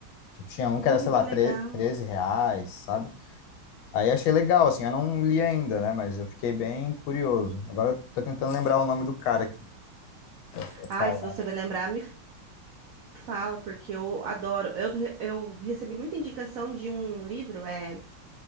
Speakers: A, on the left; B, on the right.
A: Tipo, tinha um
B: Olha
A: que era, sei
B: que
A: lá, tre
B: legal.
A: 13 reais, sabe? Aí eu achei legal, assim, eu não li ainda, né, mas eu fiquei bem curioso. Agora eu tô tentando lembrar o nome do cara aqui pra pra
B: Ah,
A: falar.
B: se você vai lembrar, me fala, porque eu adoro. Eu, eu recebi muita indicação de um livro, é.